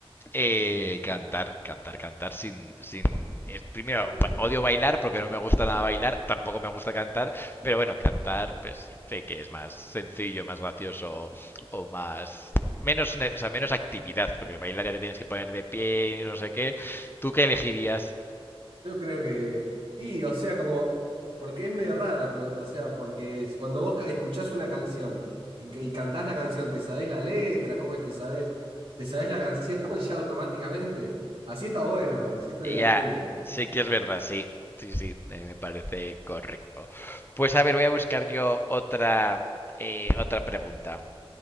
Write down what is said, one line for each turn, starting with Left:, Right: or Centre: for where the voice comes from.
Left: eh, cantar, cantar, cantar sin, sin, eh, primero
Right: Sí.
Left: ba- odio bailar porque no me gusta nada bailar, tampoco me gusta cantar, pero bueno, cantar, pues sé que es más sencillo, más gracioso o más menos, o sea, menos actividad, porque bailar ya te tienes que poner de pie, y no sé qué. ¿Tú qué elegirías?
Right: Yo creo que... Y, o sea, como... Porque es medio rara la pregunta, o sea, porque es- cuando vos ca- escuchás una canción y, y cantás la canción, ¿te sabés la letra? ¿Cómo es te sabés? ¿Te sabés la canción <laughs> ya automáticamente? Así está bueno, así está
Left: Ya,
Right: divertido.
Left: sé que es verdad, sí. Sí, sí, eh, me parece correcto. Pues a ver, voy a buscar yo otra, eh, otra pregunta.